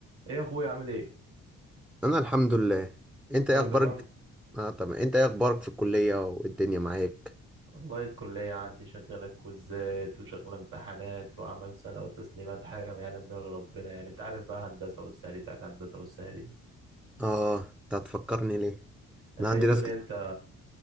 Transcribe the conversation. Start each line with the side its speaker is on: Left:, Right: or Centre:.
Right: ايه يا اخويا عامل ايه
Centre: انا الحمد لله انت ايه
Right: كله
Centre: اخبارك
Right: تمام
Centre: اه تمام انت ايه اخبارك في الكليه والدنيا معاك
Right: والله الكلية عندي شغالة كويزات وشغالة امتحانات وأعمال سنة وتسليمات حاجة ما يعلم بها إلا ربنا يعني أنت عارف بقى هندسة والسهري بتاعت هندسة والسهري دي
Centre: اه انت هتفكرني ليه
Right: أنت
Centre: انا عندي
Right: إيه الدنيا
Centre: ناس ك...
Right: أنت